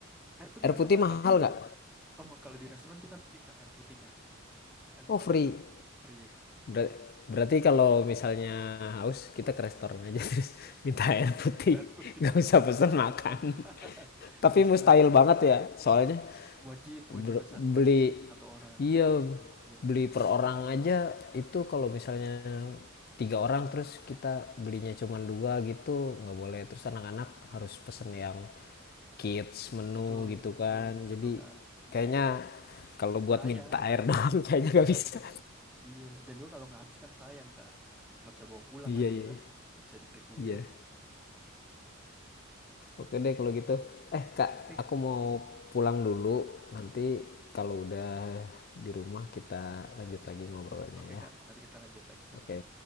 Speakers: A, in the centre; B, on the left.
A: Air putih
B: air
A: mereka
B: putih
A: malah
B: mahal
A: nggak minum.
B: gak
A: Oh, kalau di restoran kita free Kak air putihnya. Kita nggak
B: Oh free.
A: bayar, free.
B: Ber- berarti kalau misalnya haus kita ke restoran aja terus <laughs> minta air putih
A: Bentar putih
B: <laughs> nggak usah pesan makan
A: bisa <laughs>
B: <laughs> tapi
A: bisa
B: mustahil banget ya soalnya
A: wajib
B: ber-
A: wajib pesan
B: beli
A: sat- satu orang
B: iya
A: ya
B: beli per orang aja itu kalau misalnya tiga orang terus kita belinya cuma dua gitu nggak boleh terus anak-anak harus pesen yang kids menu
A: betul
B: gitu kan jadi
A: betul kak
B: kayaknya kalau buat
A: sayang
B: minta air <laughs> doang kayaknya
A: <laughs>
B: nggak bisa
A: iya dan juga kalau nggak habis kan sayang kak nggak bisa bawa pulang
B: Iya,
A: lagi
B: iya.
A: kan nggak bisa di take away
B: Iya. Oke deh kalau gitu. Eh, Kak,
A: oke kak
B: aku mau pulang dulu. Nanti kalau udah di rumah kita lanjut lagi ngobrolnya
A: oke
B: ya.
A: kak nanti kita lanjut lagi kak
B: Oke.